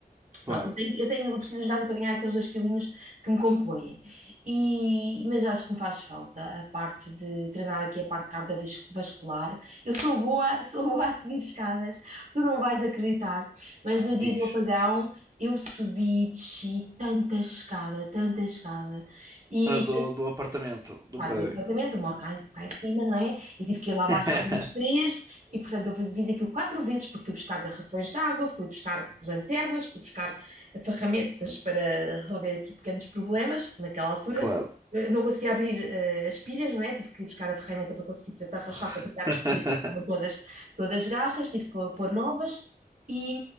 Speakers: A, on the right (about 20°); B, on the right (about 50°).
A: claro.
B: Pronto, eu tenho, eu tenho- eu preciso de ginásio para ganhar aqueles dois quilinhos que me compõem. E, mas acho que me faz falta a parte de treinar aqui a parte cardiovascular. Eu sou boa, sou <laughs> boa a subir escadas, tu não vais acreditar. Mas no dia
A: Diz.
B: do apagão eu subi, desci tanta escada, tanta escada. E
A: A do, do apartamento, do
B: Pá,
A: prédio.
B: do apartamento, eu moro cá, em cá em cima, não é? E tive que ir lá abaixo
A: <laughs>
B: ao menos três, e portanto eu fiz, fiz aquilo quatro vezes, porque fui buscar garrafões de água, fui buscar lanternas, fui buscar ferramentas para resolver aqui pequenos problemas. Naquela altura,
A: Claro.
B: eh, não conseguia abrir eh, as pilhas, não é? Tive que ir buscar a ferramenta para conseguir desatarrachar,
A: <laughs>
B: para tirar as pilhas que estavam todas, todas gastas, tive que pôr novas. E,